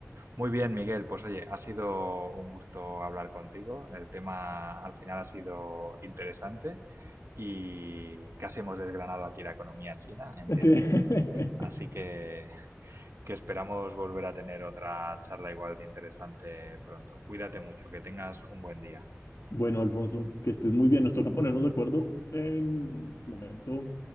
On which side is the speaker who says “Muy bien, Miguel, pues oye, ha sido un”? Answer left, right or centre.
Right